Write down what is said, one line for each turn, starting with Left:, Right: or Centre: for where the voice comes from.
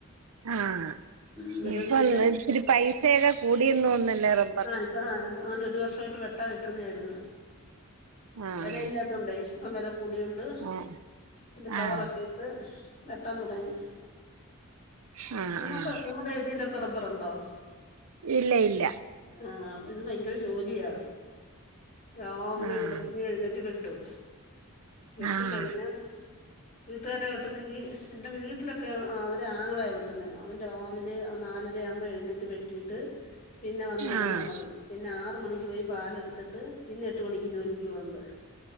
Right: ആഹ്
Left: എന്നിട്ടും
Right: ഇപ്പൊ
Left: പിന്നെ
Right: ഇത്തിരി പൈസയൊക്കെ കൂടിയെന്ന് തോന്നല്ലോ റ
Left: ആഹ് ഇപ്പ ആ അങ്ങനെ ഒരു വർഷമായിട്ട്. വെട്ടാതിട്ടിരുന്ന ആയിരുന്നു.
Right: ആഹ്
Left: വിലയില്ലാത്തോണ്ടേ ഇപ്പൊ വില കൂടിയൊണ്ട്
Right: ആഹ്
Left: തിന്റെ കവറൊക്കെ
Right: ആഹ്
Left: ഇട്. വെട്ടാൻ തുടങ്ങി
Right: ആഹ്
Left: നിങ്ങക്ക്
Right: ആഹ്
Left: നിങ്ങളുടെ ഏരിയയിലൊക്കെ റബ്ബറുണ്ടോ?
Right: ഇല്ല ഇല്ല
Left: ആഹ് ഇത് ഭയങ്കര ജോലിയാ രാവിലെ
Right: ആഹ്
Left: വെളുപ്പിനെ എഴുന്നേറ്റ്. വെ ട്ടും വെട്ടി
Right: ആഹ്
Left: കഴിഞ്ഞ.
Right: <inaudible>
Left: വീട്ടുകാര വെട്ടുന്നെങ്കിൽ എന്റെ വീട്ടിലൊക്കെ അവര് ആങ്ങളയാ വെട്ടുന്ന അവൻ രാവിലെ നാല് രാകുമ്പോ എഴുന്നേറ്റ് വെട്ടിട്ട് പിന്നെ വന്ന് കിടന്നുറങ്ങും.
Right: ആഹ്
Left: പിന്നെ ആറ് മണിക്ക് പോയി പാലെടുത്തിട്ട് പിന്നെ എട്ട് മണിക്ക് ജോലിക്ക് പോന്നത്.